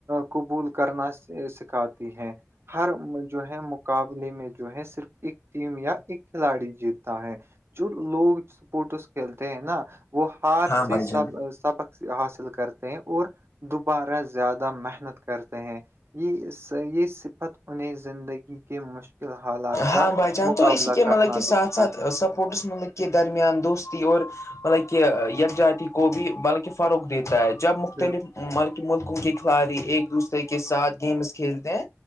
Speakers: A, on the right; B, on the left.
A: قبول کرنا سکھاتی ہے ہر جو ہے مقابلے میں جو ہے صرف ایک ٹیم یا ایک کھلاڑی جیتا ہے جو لوگ سپورٹس کھیلتے ہیں نا وہ ہار
B: ہاں
A: سے
B: بھائی
A: سب
B: جان
A: سبق حاصل کرتے ہیں اور دوبارہ زیادہ محنت کرتے ہیں یہ صحیح صفت انہیں زندگی کے مشکل حالات
B: ہاں
A: کا
B: بھائی جان
A: مقابلہ
B: تو اس کی
A: کرنا
B: مطلب کہ ساتھ
A: بھی سکھاتے
B: ساتھ
A: ہیں
B: سپوٹس مطلب کے درمیان دوستی اور مطلب کہ یکجاتی کو بھی مطلب کہ فروغ دیتا ہے جب مختلف
A: بالکل
B: ملکوں کے کھلاڑی ایک دوسرے کے ساتھ گیمس کھیلتے ہیں